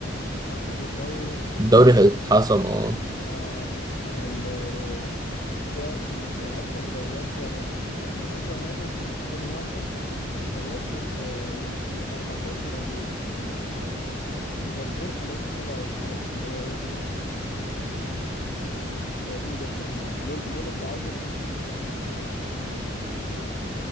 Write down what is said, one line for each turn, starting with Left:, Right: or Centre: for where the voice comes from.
Left: لو خدوا الدوري
Right: الدوري هيتحسم اه
Left: اه اه ف- ال- آه، ده م- من اكتر دوريات يعني يعني مانشستر يونايتد 2001 خلصوا في يوم يوم 14 ابريل ليفربول خلصوا 27 دي كانوا قريبين قريبين جدا يعني لول- لولا التعادل الو